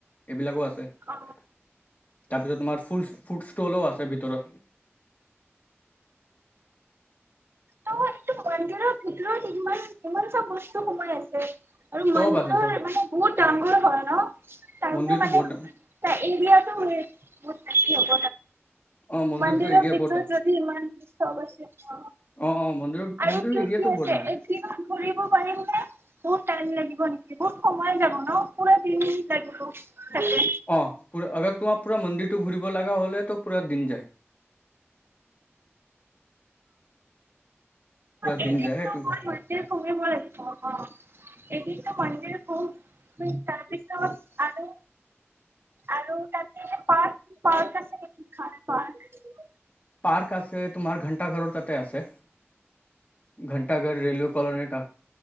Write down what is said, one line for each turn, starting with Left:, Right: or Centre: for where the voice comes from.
Left: এইবিলাকো আছে তাৰপিছত
Right: অ
Left: তোমাৰ ফুল ফুড ষ্টলও আছে ভিতৰত
Right: ত এইটো মন্দিৰ সতৰত ইমান ইমান চব বস্তু সোমাই আছে আৰু
Left: চব
Right: মন্দিৰৰ
Left: আছে চব
Right: মানে বহুত তংগুৰ ঘৰ ন তাৰ
Left: মন্দিৰটো
Right: মানে
Left: বহুত ডাঙৰ
Right: তাৰ এৰিয়াাতটো বহুত নছিল
Left: অ মন্দিৰটো
Right: মন্দিৰৰ
Left: এৰিয়া
Right: ভিতৰত
Left: বহুত ডাঙৰ
Right: যদি ইমান অৱশ্য
Left: অ অ মন্দিৰ
Right: আৰু
Left: মন্দিৰ
Right: কি
Left: এৰিয়াটো
Right: কি আ
Left: বৰ ডাঙৰ
Right: এতি ঘুৰিব পাৰিম নে বহুত াই লাগিব নেকি বহুত সময় যাব ন পুৰা দিন লাগিব
Left: অ পু আগ তোমাৰ পুৰা মন্দিৰটো ঘুৰিব লগা হলে তো পুৰা দিন যায় পুৰা
Right: এনে
Left: দিন যায়
Right: ম
Left: এইটো
Right: কমিব লাগছ অ এদিনতো মডিৰ প তাৰপিছত আৰু আৰু ততে পাৰ্ক পাৰ্ক আছে নেকি খ প্ক
Left: পাৰ্ক আছে তোমাৰ ঘন্টা ঘৰৰ তাতে আছে ঘ াগাৰ ৰেেলৱে কলনীৰ